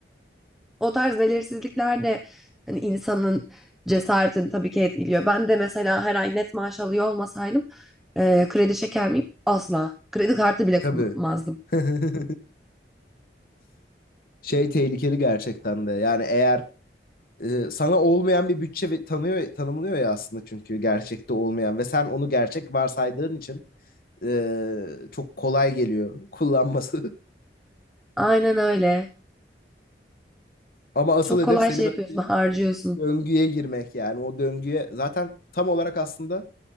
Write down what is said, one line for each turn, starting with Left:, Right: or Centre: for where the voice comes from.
Centre: O tarz belirsizlikler de hani insanın cesaretini tabii ki etkiliyor. Ben de mesela her ay net maaş alıyor olmasaydım eee, kredi çeker miyim? Asla. Kredi kartı bile
Left: Tabii.
Centre: kullanmazdım.
Left: <laughs> Şey tehlikeli gerçekten de. Yani eğer e, sana olmayan bir bütçe ve- tanıyor tanımlıyor ya aslında çünkü gerçekte olmayan ve sen onu gerçek varsaydığın için e, çok kolay geliyor kullanması.
Centre: Aynen öyle.
Left: <laughs> Ama asıl
Centre: Çok
Left: hedef
Centre: kolay
Left: seni
Centre: şey
Left: böyle
Centre: yapıyorsun,
Left: bir
Centre: <laughs> harcıyorsun.
Left: döngüye girmek yani o döngüye zaten tam olarak aslında